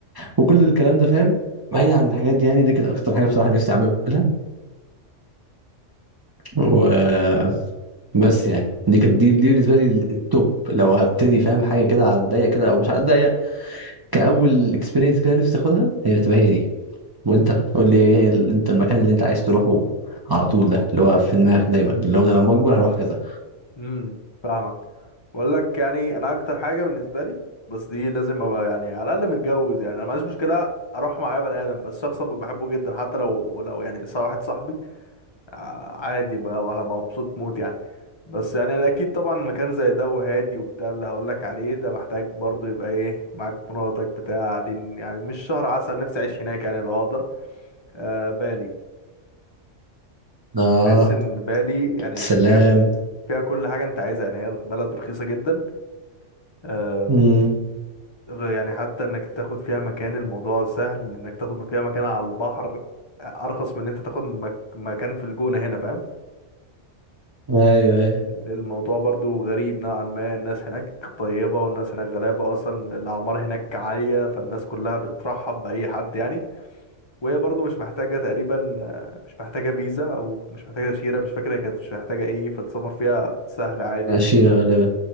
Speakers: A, on the right; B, on the left.
A: وكل الكلام ده فاهم بعيد عن الحاجات دي يعني دي كانت اكتر حاجه بصراحه نفسي اعملها و بس يعني دي كانت دي, دي بالنسبه لي التوب لو هبتدي فاهم حاجه كده على الضيق كده او مش على الضيق كاول اكسبيرينس كده نفسي اخدها هي تبقى هي دي وانت قول لي ايه هي ال- انت المكان اللي انت عايز تروحه على طول
B: بص
A: ده اللي هو في دماغك دايما اللي هو انا لما
B: انا
A: اكبر هروح كذا
B: امم فاهمك بقول لك يعني انا اكتر حاجه بالنسبه لي بس دي لازم ابقى يعني على الاقل متجوز يعني انا معيش مشكله اروح معايا بني ادم بس شخص ابقى بحبه جدا حتى لو ولو يعني صا- واحد صاحبي ع- عادي بقى وهبقى مبسوط موت يعني بس يعني الاكيد طبعا مكان زي ده وهادي وبتاع اللي هقول لك عليه ده محتاج برضه يبقى ايه معاك مراتك بتاع قاعدين يعني مش شهر عسل نفسي اعيش هناك يعني لو اقدر آه بالي
A: اه
B: بحس ان بالي يعني
A: سلام
B: فيها فيها كل حاجه انت عايزها يعني هي بلد رخيصه جدا آه،
A: امم
B: يعني حتى انك تاخد فيها مكان الموضوع سهل انك تاخد فيها مكان على البحر ارخص من ان انت تاخد مك... مكان في الجونة هنا فاهم
A: ايوه ايوه
B: الموضوع برضو غريب نوعا ما الناس هناك طيبة والناس هناك غلابة أصلا الأعمار هناك عالية فالناس كلها بترحب بأي حد يعني وهي برضو مش محتاجة تقريبا آه، مش محتاجة فيزا أو مش محتاجة تأشيرة مش فاكرة هي كانت مش محتاجة إيه فالسفر فيها سهل عادي
A: عشيره
B: يعني
A: غالبا